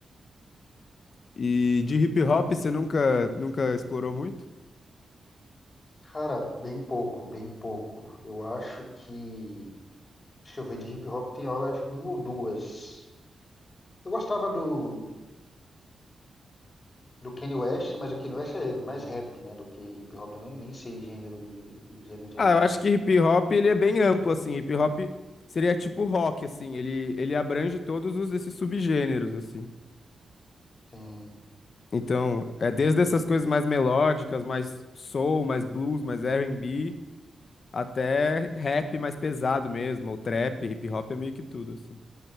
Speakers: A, on the left; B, on the left.
A: E de hip hop você nunca, nunca explorou muito?
B: Cara, bem pouco, bem pouco. Eu acho que. Deixa eu ver, de hip hop tem, eu acho que uma ou duas. Eu gostava do do Kanye West, mas o Kanye West é mais rap, né, do que hip hop. Eu não, nem sei gênero de, o gênero direito.
A: Ah, eu acho que hip hop ele é bem amplo, assim. Hip hop seria tipo rock, assim. Ele, ele abrange todos os, esses subgêneros, assim.
B: Sim.
A: Então, é desde essas coisas mais melódicas, mais soul, mais blues, mais R&B, Até rap mais pesado mesmo, ou trap, hip hop é meio que tudo, assim.